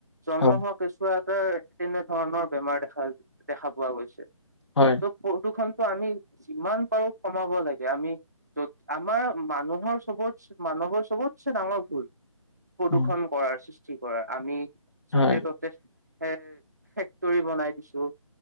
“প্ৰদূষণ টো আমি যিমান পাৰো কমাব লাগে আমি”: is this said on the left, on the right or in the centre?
Right